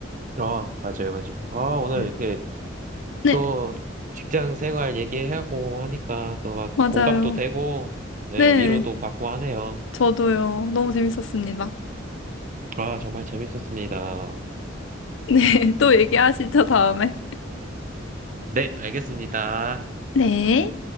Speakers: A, on the right; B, on the left.
A: 아, 맞아요, 맞아요. 아, 오늘
B: 네.
A: 이렇게
B: 네,
A: 또 직장 생활 얘기하고 하니까 또 막
B: 맞아요.
A: 공감도 되고 예,
B: 네,
A: 위로도 받고 하네요.
B: 저도요. 너무 재밌었습니다.
A: 아, 정말 재밌었습니다.
B: <laughs> 네, 또 얘기하시죠, 다음에.
A: 네, 알겠습니다.
B: 네.